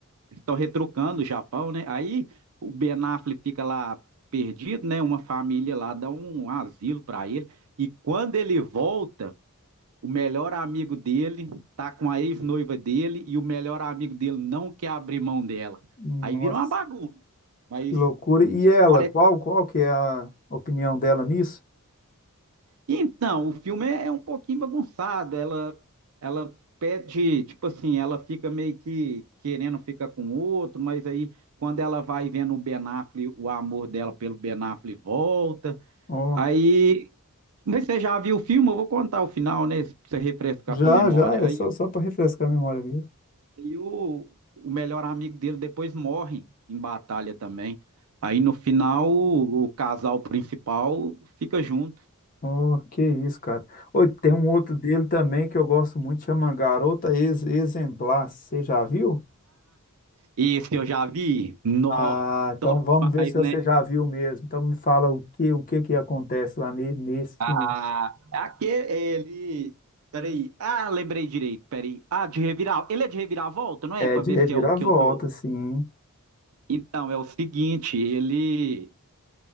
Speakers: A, on the right; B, on the left.
A: estão retrucando o Japão, né? Aí o Ben Affleck fica lá perdido, né? Uma família lá dá um asilo para ele. E quando ele volta, o melhor amigo dele tá com a ex-noiva dele e o melhor amigo dele não quer abrir mão dela.
B: Nossa,
A: Aí vira uma bagunça. Mas
B: que loucura. E ela,
A: parece
B: qual, qual que é a opinião dela nisso?
A: Então, o filme é um pouquinho bagunçado. Ela, ela pede, tipo assim, ela fica meio que querendo ficar com outro, mas aí quando ela vai vendo o Ben Affleck, o amor dela pelo Ben Affleck volta.
B: Oh,
A: Aí, mas você já viu o filme? Eu vou contar o final, né? Pra você refrescar
B: já,
A: sua memória.
B: já, é
A: Aí,
B: só, só para refrescar a memória mesmo.
A: aí o, o melhor amigo dele depois morre em batalha também. Aí no final, o, o casal principal fica junto.
B: Oh, que isso, cara. Oi, tem um outro dele também que eu gosto muito, chama Garota Ex- Exemplar. Você já viu?
A: Esse eu já vi. No,
B: Ah, então
A: top
B: vamos ver
A: demais,
B: se
A: né?
B: você já viu mesmo. Então me fala o que, o que que acontece lá ne- nesse
A: Ah,
B: filme.
A: é aquele, ele. Peraí. Ah, lembrei direito, peraí. Ah, de revirar. Ele é de reviravolta, não é?
B: É
A: Pra
B: de
A: ver
B: reviravolta,
A: se é o que eu tô.
B: sim.
A: Então, é o seguinte, ele.